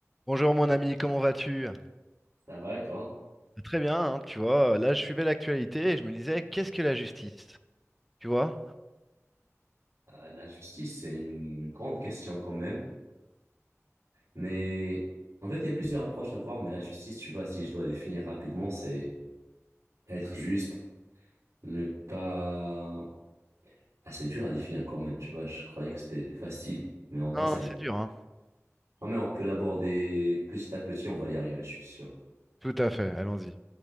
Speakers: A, in the centre; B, on the right.
A: Bonjour mon ami, comment vas-tu?
B: Ça va et toi?
A: Très bien, hein, tu vois, euh, là je suivais l'actualité et je me disais, qu'est-ce que la justice? Tu vois?
B: Euh, la justice, c'est une grande question quand même. Mais en fait, il y a plusieurs approches à voir. Mais la justice, tu vois, si je dois définir rapidement, c'est être juste, ne pas... Ah, c'est dur à définir quand même, tu vois. Je croyais que c'était facile. Mais en vrai,
A: Ah,
B: c'est un...
A: c'est
B: peu...
A: dur, hein.
B: Non, mais on peut l'aborder petit à petit, on va y arriver, je suis sûr.
A: Tout à fait, allons-y,